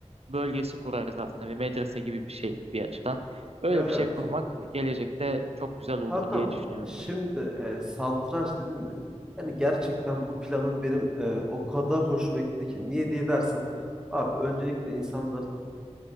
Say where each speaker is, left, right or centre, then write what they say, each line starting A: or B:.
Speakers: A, on the right; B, in the centre.
A: bölgesi kurarız aslında. Bir medrese gibi bir şey bir açıdan. Öyle
B: Ya evet.
A: bir şey kurmak gelecekte çok güzel olur
B: Kankam
A: diye düşünüyorum
B: şimdi
A: ya.
B: e, satranç dedin de yani gerçekten bu planın benim e, o kadar hoşuma gitti ki. Niye diye dersen abi öncelikle insanların